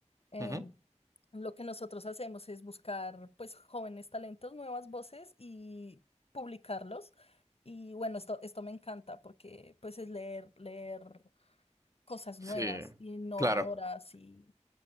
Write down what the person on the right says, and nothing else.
Ujú,
Sí,
claro.